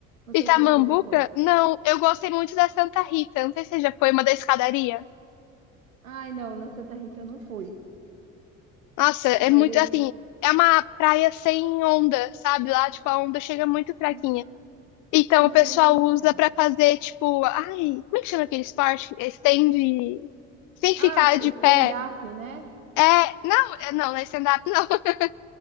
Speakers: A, on the right; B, on the left.
A: Não
B: Itamambuca?
A: sei se você já foi.
B: Não, eu gostei muito da Santa Rita. Não sei se você já foi uma da escadaria.
A: Ai, não, na Santa Rita eu não fui,
B: Nossa, é
A: mas
B: muito
A: eu.
B: assim. É uma praia sem onda, sabe? Lá, tipo, a onda chega muito fraquinha.
A: Ah,
B: Então,
A: que
B: o
A: delícia!
B: pessoal usa pra fazer, tipo, ai, como é que chama aquele esporte? Estende. Tem
A: Ah,
B: que ficar de
A: stand-up,
B: pé.
A: né?
B: É, não, é- não, não é stand-up, não. <laughs>